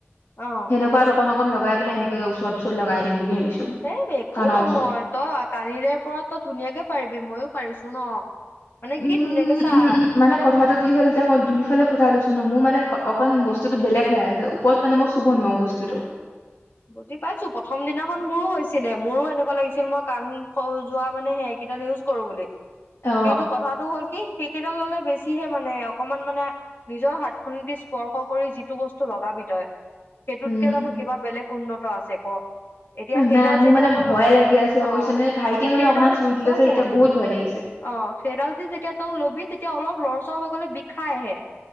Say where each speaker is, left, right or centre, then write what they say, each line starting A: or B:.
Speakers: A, on the left; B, on the left.
A: অ
B: সেনেকুৱা অকন অকন লগাই পেলাই সেনেকে ওচৰত ওচৰত লগাই দিম বুলি ভাবিছো।
A: এ একো
B: কাণৰ
A: নহয়
B: ওচৰত
A: তই কালিলৰে পৰা তই ধুনীয়াকে পাৰিবি মইও পাৰিছো ন মানে
B: উম
A: কি ধুনীয়াকে
B: উম
A: চা
B: উম উম মানে কথাটো কি হ'ল এতিয়া মই দুইফালে ফুটা লৈছো ন মোৰ মানে অকণ বস্তুতটো বেলেগ হয় আ ওপৰত মানে মই চুব নোৱাৰো বস্তুতটো
A: বুজি পাইছো প্ৰথম দিনাখন মোৰো হৈছিলে মোৰো এনেকুৱা লাগিছিল মই কাণ খ যোৱা মানে সেয়। কেইদাল ইউজ কৰো বুলি
B: অ
A: কিন্তু কথাতটো হ'ল কি? সেইকেইডাল ললে বেছিহে মানে অকমান মানে নিজৰ হাত খনেদি স্পৰ্শ কৰি যিটো বস্তু লগাব। সেইটোতকে
B: উম
A: জানো কিবা বেলেগ উন্নত আছে ক। এতিয়া সেইদাল
B: নাই মোৰ
A: যেতিয়া
B: মানে
A: তই
B: ভয়
A: লবি
B: লাগি আছে
A: অ
B: বুজিছ নে ভাইটিয়ে মানে
A: সেইদাল
B: অকমান চুই দিলে
A: তই
B: যে
A: শুন।
B: এতিয়া বহুত ভয় লাগিছে
A: অ সেইডাল দি যেতিয়া তই লবি তেতিয়া অলপ লৰচৰ হৈ গ'লে বিষাইহে।